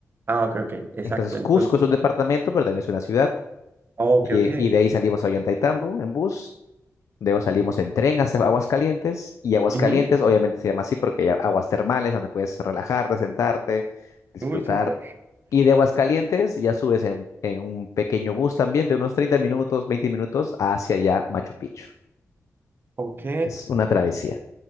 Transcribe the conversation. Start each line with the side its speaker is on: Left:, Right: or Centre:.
Right: Ah, ok, ok, exacto.
Left: Entonces Cusco
Right: Entonces,
Left: es un departamento, pero también es una ciudad.
Right: ok,
Left: Y,
Right: ok.
Left: y de ahí salimos a Ollantaytambo en bus Luego salimos en tren hacia Aguascalientes y Aguascalientes
Right: Ujú.
Left: obviamente se llama así porque hay aguas termales donde puedes relajarte, sentarte, disfrutar.
Right: Uy, súper.
Left: Y de Aguascalientes ya subes en, en un pequeño bus también de unos 30 minutos, 20 minutos hacia allá Machu Picchu.
Right: Ok.
Left: Es una travesía.